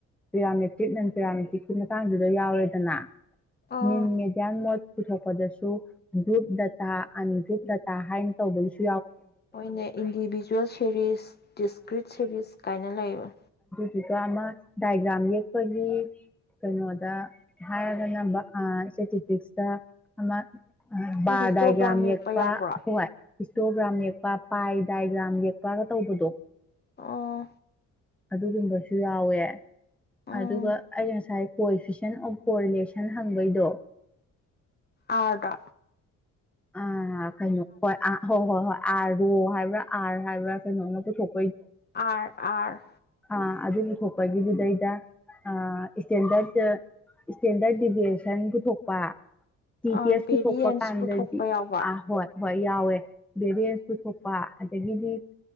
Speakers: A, in the centre; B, on the left.
A: ꯄꯦꯔꯥꯃꯦꯇ꯭ꯔꯤꯛ ꯅꯟ ꯄꯦꯔꯥꯃꯦꯇ꯭ꯔꯤꯛꯀꯤ ꯃꯇꯥꯡꯗꯨꯗ ꯌꯥꯎꯔꯦꯗꯅ
B: ꯑꯥ
A: ꯅꯤꯟ ꯃꯤꯗꯤꯌꯟ ꯄꯦꯠ ꯄꯨꯊꯣꯛꯄꯗꯁꯨ ꯒ꯭ꯔꯨꯞ ꯗꯠ ꯗꯥ ꯑꯟꯐꯤꯠ ꯗꯇꯥ ꯍꯥꯏꯅ ꯇꯧꯗꯣꯏꯁ
B: ꯃꯣꯏꯅ ꯏꯟꯗꯤꯚꯖꯨꯋꯦꯜ ꯁꯦꯔꯤꯁ ꯗꯤꯁꯀ꯭ꯔꯤꯠ ꯁꯦꯔꯤꯁ ꯀꯥꯏꯅ ꯂꯩꯕ꯫
A: ꯑꯗꯨꯒ ꯑꯃ ꯗꯥꯏꯒ꯭ꯔꯥꯝ ꯌꯦꯛꯄꯒꯤ ꯀꯩꯅꯣꯗ ꯍꯥꯏꯔꯒꯅ ꯕ ꯑꯥ ꯆꯤꯇꯤꯇꯤꯛꯁꯇ ꯑꯃꯥ
B: ꯅꯣꯏ
A: ꯕꯥꯔꯗꯥꯏ
B: ꯍꯤꯁꯇꯣꯒ꯭ꯔꯥꯝ
A: ꯌꯥꯝ
B: ꯌꯦꯛꯄ
A: ꯌꯦꯛꯄꯥ
B: ꯌꯥꯎꯕ꯭ꯔꯣ
A: ꯍꯣꯌ꯫ ꯏꯁꯇꯣꯒ꯭ꯔꯥꯝ ꯌꯦꯛꯄ ꯄꯥꯏ ꯗꯥꯏꯒ꯭ꯔꯥꯝ ꯌꯦꯛꯄꯒ ꯇꯧꯕꯗꯣ꯫
B: ꯑꯣ꯫
A: ꯑꯗꯨꯒꯨꯝꯕꯁꯨ ꯌꯥꯎꯋꯦ꯫
B: ꯎꯝ
A: ꯑꯗꯨꯒ ꯑꯩ ꯉꯁꯥꯏ ꯀꯣꯑꯤꯐꯤꯁꯦꯟ ꯑꯣꯐ ꯀꯣꯔꯤꯂꯦꯁꯟ ꯍꯪꯕꯩꯗꯣ
B: ꯑꯥꯔꯗꯥ꯫
A: ꯑꯥ ꯀꯩꯅꯣ ꯍꯣꯏ ꯑ ꯍꯣꯏ ꯍꯣꯏ ꯍꯣꯏ꯫ ꯑꯥꯔ ꯔꯣ ꯍꯥꯏꯕ꯭ꯔꯥ ꯑꯥꯔ ꯍꯥꯏꯕ꯭ꯔꯥ ꯀꯩꯅꯣꯅ ꯄꯨꯊꯣꯛ
B: ꯑꯥꯔ ꯑꯥꯔ꯫
A: ꯑꯥ ꯑꯗꯨ ꯄꯨꯊꯣꯛꯄꯒꯤꯗꯨꯗꯩꯗ ꯑꯥ ꯏꯁꯇꯦꯟꯗꯔꯠ ꯇꯥ ꯏꯁꯇꯦꯟꯗꯔ ꯗꯤꯚꯦꯁꯟ ꯄꯨꯊꯣꯛꯄ꯫ ꯇꯤꯇꯦꯁ
B: ꯑꯥ ꯕꯦꯔꯤꯌꯦꯟꯁ
A: ꯄꯨꯊꯣꯛꯄ ꯀꯥꯟꯗ
B: ꯄꯨꯊꯣꯛꯄ ꯌꯥꯎꯕ
A: ꯑ ꯍꯣꯢ꯫ ꯍꯣꯏ ꯌꯥꯎꯋꯦ ꯕꯦꯔꯤꯌꯦꯁ ꯄꯨꯊꯣꯛꯄ ꯑꯗꯒꯤꯗꯤ